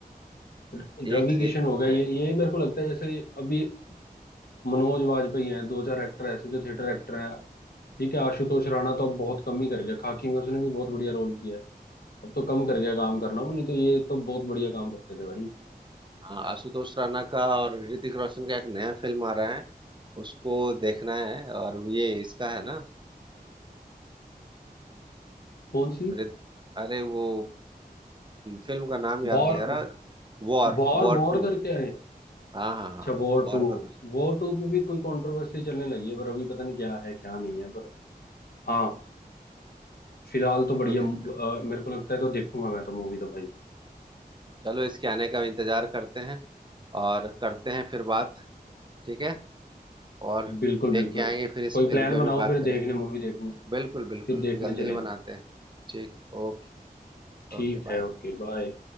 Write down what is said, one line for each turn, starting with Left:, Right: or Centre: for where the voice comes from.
Left: र-
Right: है
Left: रवि
Right: एक से
Left: किशन
Right: एक
Left: हो
Right: फिल्म
Left: गया ये
Right: है
Left: ये मेरे को लगता है जैसे अभी मनोज वाजपेयी हैं दो चार एक्टर ऐसे जो थिएटर एक्टर हैं ठीक है आशुतोष राणा तो अब बहुत कम ही कर गया खाकी में उसने भी बहुत बढ़िया रोल किया है अब तो कम कर गया काम करना वो नहीं तो ये तो बहुत बढ़िया काम करते थे भाई
Right: हाँ आशुतोष राणा का और ऋतिक रोशन का एक नया फिल्म आ रहा है उसको देखना है और ये इसका है ना
Left: कौन सी
Right: ऋत- अरे वो फिल्म का नाम याद
Left: वॉर
Right: नहीं आ रहा वॉर
Left: वॉर
Right: वॉर
Left: वॉर
Right: टू
Left: करके आए
Right: हाँ हाँ हाँ
Left: अच्छा वॉर
Right: वॉर
Left: टू
Right: का दूसरा
Left: वॉर टू पे भी कोई कंट्रोवर्सी चलने लगी है पर अभी पता नहीं क्या है क्या नहीं है पर हाँ फिलहाल तो
Right: ये
Left: बढ़िया
Right: तो देखना
Left: अ, मेरे को लगता है तो देखूंगा मैं तो मूवी तो भाई
Right: चलो इसके आने का इंतजार करते हैं और करते हैं फिर बात ठीक है और
Left: बिल्कुल
Right: देख
Left: बिल्कुल
Right: के आएंगे फिर इस
Left: कोई
Right: फिल्म
Left: प्लान
Right: पे
Left: बनाओ
Right: भी बात
Left: फिर
Right: करें
Left: देखने मूवी देखने
Right: बिल्कुल बिल्कुल
Left: फिर देखने
Right: जल्दी
Left: चलेंगे
Right: ही बनाते हैं ठीक ओके
Left: ठीक
Right: Okay bye
Left: है Okay bye